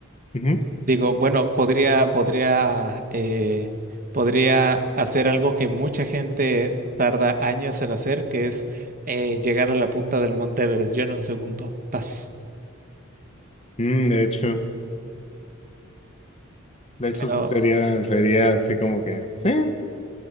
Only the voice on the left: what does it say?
Ujú.
Mm, de hecho, de hecho
sí sería, sería así como que, sí,